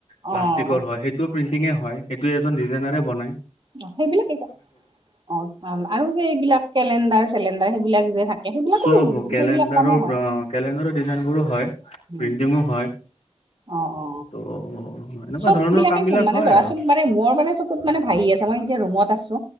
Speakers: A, on the left (about 70°); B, on the right (about 45°).
A: প্লাষ্টিকৰ
B: অ
A: হয় সেই সেইটো প্ৰিণ্টিঙে হয় সেইটো এজন ডিজাইনাৰে বনায়।
B: অ সেইবিলাকেই ক, অ আৰু যে এইবিলাক কেলেণ্ডাৰ চিলিণ্ডাৰ সেইবিলাক যে থাকে, সেইবিলাকো
A: চব
B: সেইবিলাক
A: কেলেণ্ডাৰৰ
B: কামো হয়।
A: কেলেণ্ডাৰৰ ডিজাইনবোৰো হয়,
B: উম।
A: প্ৰিণ্টিঙো হয়,
B: অ অ
A: ত' এনেকুৱা
B: চব
A: ধৰণৰ
B: বিলাকেই
A: কামবিলাক
B: চোন মানে
A: হয়
B: ধৰাচোন
A: আৰু।
B: মানে মোৰ মানে চকুত মানে ভাহি আছে, মই এতিয়া ৰুমত আছো।